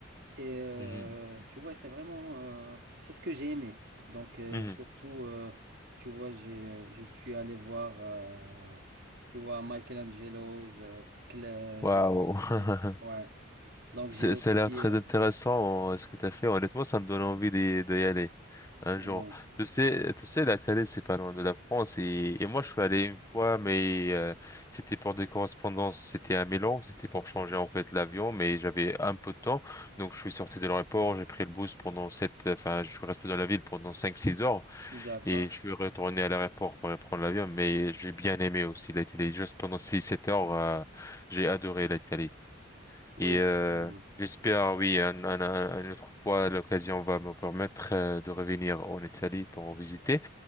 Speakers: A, on the right; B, on the left.
A: Et euh,
B: Mhm,
A: tu vois, c'est vraiment, euh, c'est ce que j'ai aimé. Donc, euh,
B: mhm.
A: surtout, euh, tu vois, j'ai, euh, je suis allé voir, euh, tu vois, Michelangelo's, euh, Cla-
B: Waouh.
A: j'ai j'ai aussi,
B: <laughs>
A: ouais. Donc,
B: C'est-
A: j'ai aussi,
B: Ça a l'air très
A: euh,
B: intéressant, euh, ce que tu as fait. Honnêtement, ça me donne envie d'y d'y aller un jour.
A: ouais.
B: Tu sais, tu sais, la Thaïlande, c'est pas loin de la France. Et, et moi, je suis allé une fois, mais euh, c'était pour des correspondances. C'était à Milan. C'était pour changer, en fait, l'avion. Mais j'avais un peu de temps. Donc, je suis sorti de l'aéroport. J'ai pris le bus pendant sept, enfin, je suis resté dans la ville pendant cinq, six heures.
A: D'accord.
B: Et je suis retourné à l'aéroport pour reprendre l'avion. Mais j'ai bien aimé aussi l'Italie. Juste pendant six, sept heures, euh, j'ai adoré l'Italie.
A: Oui,
B: Et
A: effectivement.
B: euh, j'espère, oui, un- un- un- une autre fois, l'occasion va me permettre euh, de revenir en Italie pour en visiter.